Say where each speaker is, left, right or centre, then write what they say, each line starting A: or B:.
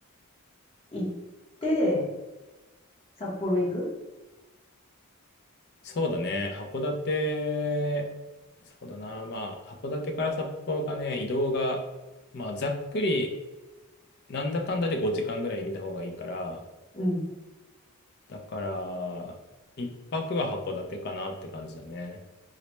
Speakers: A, on the left; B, on the left.
A: 行って、札幌行く
B: そうだね、函館、そうだな、まあ、函館から札幌がね、移動が、まあ、ざっくり、なんだかんだで5時間ぐらい見た方がいいから、
A: うん。
B: だから、一泊は函館かなって感じだね。